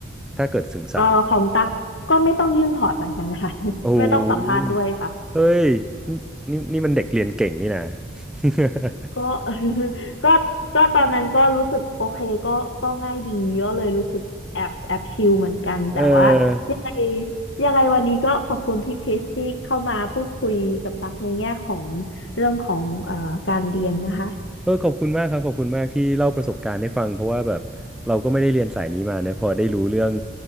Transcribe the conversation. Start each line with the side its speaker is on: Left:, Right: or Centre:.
Centre: ถ้าเกิดถึงสาม
Left: เอ่อของตั๊กก็ไม่ต้องยื่นถอดเหมือนกันค่ะ <laughs>
Centre: โอ้โห
Left: ไม่ต้องสัมภาษณ์ด้วยค่ะ
Centre: เฮ้ยนี่นี่มันเด็กเรียนเก่งนี่นะ <laughs>
Left: ก็ <laughs> ก็ก็ตอนนั้นก็รู้สึกโอเคก็ก็ง่ายดีก็เลยรู้สึกแอบแอบชิลเหมือนกันแต่ว่ายังไง
Centre: เออ
Left: ยังไงวันนี้ก็ขอบคุณพี่คริสที่เข้ามาพูดคุยกับตั๊กในแง่ของเรื่องของเอ่อการเรียนนะคะ
Centre: เออขอบคุณมากครับขอบคุณมากที่เล่าประสบการณ์ให้ฟังเพราะว่าแบบเราก็ไม่ได้เรียนสายนี้มานะพอได้รู้เรื่อง